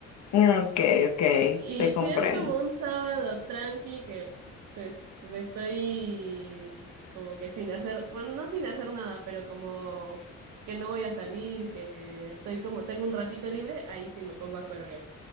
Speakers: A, on the left; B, on the right.
A: Ok, ok,
B: Y
A: te comprendo.
B: si es como un sábado tranqui que pues estoy como que sin hacer, bueno, no sin hacer nada, pero como que no voy a salir, que estoy como tengo un ratito libre, ahí sí me pongo a colorear.